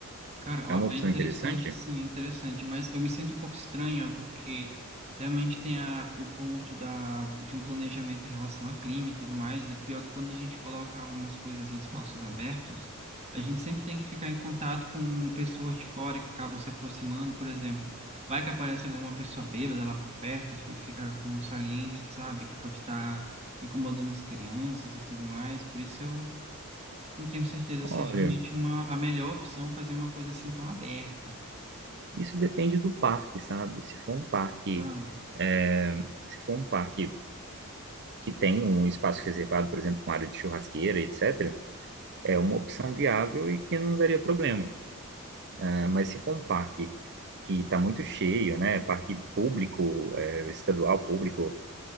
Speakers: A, on the right; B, on the right.
A: Cara,
B: É
A: ó,
B: uma opção
A: é interessante,
B: interessante?
A: sim, é interessante, mas eu me sinto um pouco estranha porque realmente tem a, o ponto da, de um planejamento em relação a clima e tudo mais, e pior que quando a gente coloca algumas coisas em espaços abertos, a gente sempre tem que ficar em contato com pessoas de fora que acabam se aproximando, por exemplo, vai que aparece alguma pessoa bêbada lá por perto e fi- fica com um saliência, sabe, que pode estar incomodando as crianças e tudo mais, por isso eu não tenho certeza
B: Olha,
A: se é realmente uma, a melhor opção fazer uma coisa assim tão aberta.
B: isso depende do parque, sabe? Se for um parque,
A: Ah,
B: é, se for um parque que tem um espaço reservado, por exemplo, com área de churrasqueira, etc., é uma opção viável e que não daria problema. É, mas se for um parque que está muito cheio, né? Parque público, é, estadual, público,